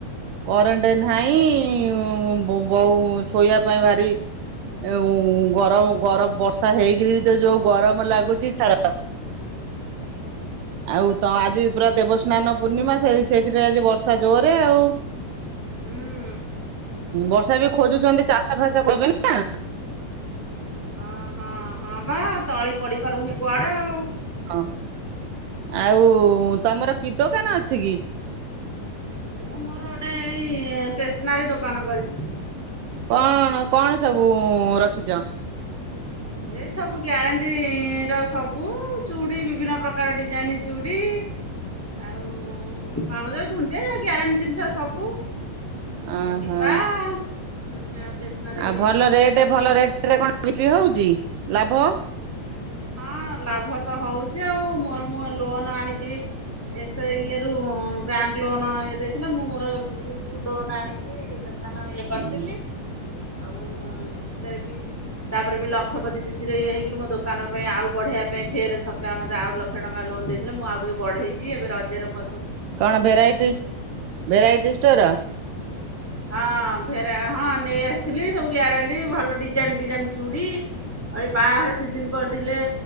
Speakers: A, on the right; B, in the centre.
A: କରେଣ୍ଟ ନାହିଁ ବ ବଉ ଶୋଇବା ପାଇଁ ଭାରି ଉଁ ଗରମ ଗରମ ବର୍ଷା ହେଇକିରି ବି ତ ଯୋଉ ଗରମ ଲାଗୁଛି ଛାଡ଼। ଆଉ ତ ଆଜି ପୁରା ଦେବସ୍ନାନ ପୂର୍ଣ୍ଣିମା ସେଇ ସେଇଥିପାଇଁ ଆଜି ବର୍ଷା ଜୋରେ ଆଉ।
B: ହୁଁ
A: ବର୍ଷା ବି ଖୋଜୁଛନ୍ତି ଚାଷ ଫାସ କରିବେନା। <unintelligible>
B: ଅ ହଁ ହଁ ବା ତଳି ପଡ଼ି ପାରୁନି କୁଆଡ଼େ ଆଉ।
A: ହଁ ଆଉ ତମର କି ଦୋକାନ ଅଛି କି?
B: ମୁଁ ମୋର ଗୋଟେ ଏଇ ଟେସେନାରୀ ଦୋକାନ କରିଛି।
A: କଣ କଣ ସବୁ ରଖିଛ?
B: ଏଇ ସବୁ ଗ୍ୟାରେଣ୍ଟି ର ସବୁ ଚୁଡ଼ି ବିଭିନ୍ନ ପ୍ରକାର ଡିଜାଇନି ଚୁଡ଼ି ଡ଼ି ଆଉ ପାଉଁଯ ଝୁଣ୍ଟିଆ ଗ୍ୟାରେଣ୍ଟି ଜିନିଷ ସବୁ
A: ଅଁ
B: ଆଉ ଟିପା
A: ହଁ।
B: ହୁଁ ଆଉ ଟେସନାରୀ
A: ଆଉ ଭଲ ରେଟେ ଭଲ ରେଟେ ରେ କଣ ବିକ୍ରି ହଉଛି ଲାଭ
B: ହଁ ଲାଭ ତ ହଉଛି ଆଉ ମୋର ମୁଁ ଲୋନ ଆଣିକିରି ଏ ସେଇ ଇଏ ରୁ ବ୍ୟାଙ୍କ ଲୋନ ଇଏ ଦେଇଥିଲେ ମୁଁ ମୋର ଗ୍ରୁପରୁ ଲୋନ ଆଣିକି କିରି ଦୋକାନ ଇଏ କରିଥିଲି।
A: ହୁଁ
B: ଆଉ ସେଥିରେ ବି ତାପରେ ବି ଲକ୍ଷପତି ଦିଦିରେ ଇଏ ହେଇକିରି ମୋ ଦୋ କାନ ପାଇଁ ଆଉ ବଢ଼େଇବା ପାଇଁ ଫେରେ ସରକାର ମୋତେ ଆଉ ଲକ୍ଷେ ଟଙ୍କା ଲୋନ୍ ଦେଇଥିଲେ ମୁଁ ଆଉ ଟିକିଏ ବଢ଼େଇଛି ଏବେ ରଜରେ ମୋ
A: କଣ ଭେରାଇଟି ଭେରାଇଟି ଷ୍ଟୋର?
B: ହଁ ଭେରା ହଁ ନେଇ ଆସିଥିଲି ସବୁ ଗାରେଣ୍ଟି ଭଲ ଡିଜାଇନି ଡିଜାଇନି ଚୁଡ଼ି ଆଉ ଏ ବାହାଘର ସିଜିନ ପଡ଼ିଲେ